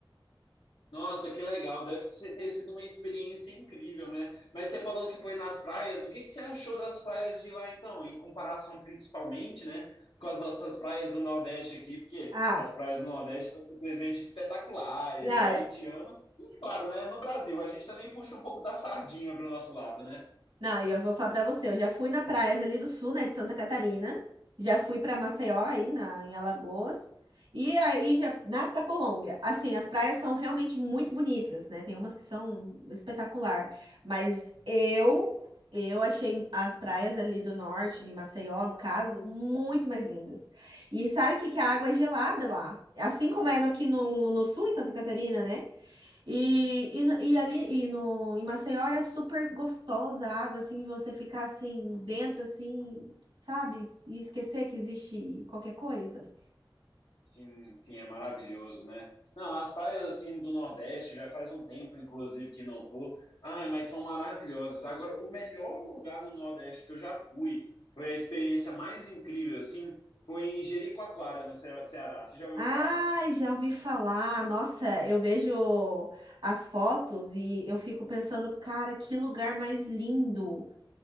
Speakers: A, on the left; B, on the right.
A: Nossa, que legal. Deve ser- ter sido uma experiência incrível, né? Mas você falou que foi nas praias. O que que você achou das praias de lá, então? Em comparação, principalmente, né, com as nossas praias do Nordeste aqui, porque
B: Ah,
A: as praias do Nordeste são simplesmente espetaculares,
B: ah,
A: né? A gente ama. E, claro, né, no Brasil, a gente também puxa um pouco da sardinha pro nosso lado, né?
B: Não, e eu vou falar pra você, eu já fui na praias ali do sul, né, de Santa Catarina, já fui pra Maceió aí na em Alagoas e aí já, né, para Colômbia. Assim, as praias são realmente muito bonitas, né? Tem umas que são espetacular, mas eu eu achei as praias ali do norte, de Maceió, no caso, muito mais lindas. E sabe o que que a água é gelada lá? Assim como é no- aqui no, no sul, em Santa Catarina, né? E, e, no- e ali e no, em Maceió era super gostosa a água, assim, você ficar assim dentro, assim, sabe? E esquecer que existe qualquer coisa.
A: Sim, sim, é maravilhoso, né? Não, as praias assim do Nordeste já faz um tempo, inclusive, que não vou. Ah, mas são maravilhosas. Agora, o melhor lugar no Nordeste que eu já fui, foi a experiência mais incrível, assim, foi em Jericoacoara, no Ce- Ceará. Você já ouviu
B: Ai,
A: falar?
B: já ouvi falar. Nossa, eu vejo as fotos e eu fico pensando, cara, que lugar mais lindo,